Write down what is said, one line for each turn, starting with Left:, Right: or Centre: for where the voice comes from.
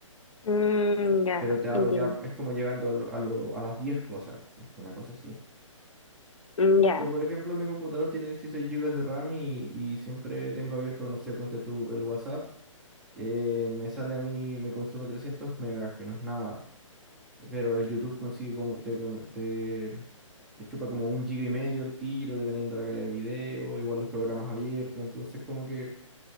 Left: Mm, ya,
Centre: pero te hablo
Left: entiendo.
Centre: ya, es como llegando a, lo- a lo- a las 10 cosas, una cosa así.
Left: Mm, ya,
Centre: Yo, por ejemplo, mi computador tiene 16 gigas de RAM y, y siempre tengo abierto, no sé, ponte tú el WhatsApp, eh, me sale a mí, me consume 300 megas, que no es nada. Pero el YouTube consigue como te, con- te, te chupa como un giga y medio el tiro, dependiendo de la calidad del video, igual los programas abiertos, entonces como que